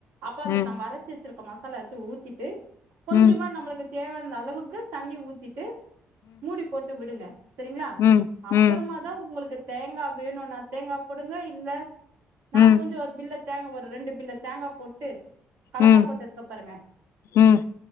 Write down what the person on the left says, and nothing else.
ம் ம்
ம்
ம்
ம்
ம்
ம்
ம்